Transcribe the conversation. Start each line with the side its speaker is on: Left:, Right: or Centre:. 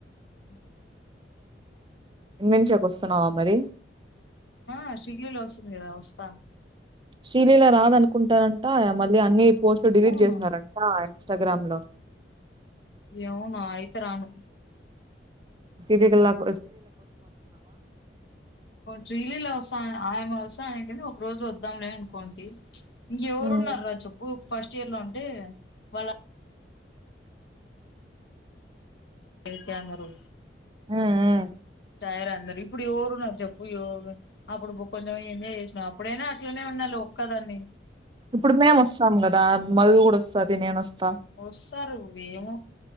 Left: హ్మ్
Right: ఇమెంచక వస్తున్నావా మరి
Left: ఆ శగలేలో వసంది కథ వస్థ
Right: షీలీల రాద అనుకుంటారంట మళ్ళీ అన్ని పోస్ట్లు డిలీట్
Left: అవునా
Right: చేసినారంట ఇన్స్టాగ్రామ్ లో
Left: ఏమో నా అయితే రాను
Right: సీధే కలాక
Left: శ్రీలీల వాస్త ఆయమ వసా ఏంటనే ఒక రోజు వద్దాంలే అనుకోండి ఇంకెవరు
Right: ఉమ్,
Left: ఉన్నార రా చెప్పు ఫస్ట్ ఇయర్ లో అంటే వాళ్ళ కమెరుూ
Right: మ్మ్
Left: టయర్ అందరు ఇప్పుడు ఎవరు ఉన్నారు చెప్పు ఎవరు అప్పుడు కొంచెం ఎంజాయ్ చేసినావు అప్పుడైనా అట్లనే ఉన్నారు నే ఒక్కదాని
Right: ఇప్పుడు మేము వస్తాం కదా మధు కూడా వస్తది నేన వస్తా
Left: వస్తారువేమో